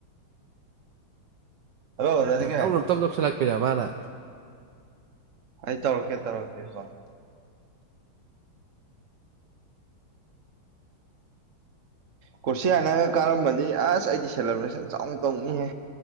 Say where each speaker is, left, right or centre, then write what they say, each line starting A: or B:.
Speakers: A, on the right; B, on the right.
A: ꯍꯜꯂꯣ ꯔꯥꯖꯤꯒꯦꯟ
B: ꯅꯝꯇꯧ ꯅꯝꯇꯞ ꯇꯞꯁꯤꯜꯂꯛꯄꯤꯔ ꯃꯥꯅ
A: ꯑꯩ ꯇꯧꯔꯛꯀꯦ ꯇꯧꯔꯛꯀꯦ ꯍꯣꯏ ꯀꯨꯔꯁꯤ ꯍꯥꯏꯅꯔꯒ ꯀꯥꯔꯝꯕꯗꯤ ꯑꯁ ꯑꯩꯗꯤ ꯁꯦꯂꯦꯕ꯭ꯔꯦꯁꯟ ꯆꯥꯎꯅ ꯇꯧꯅꯤꯍꯦ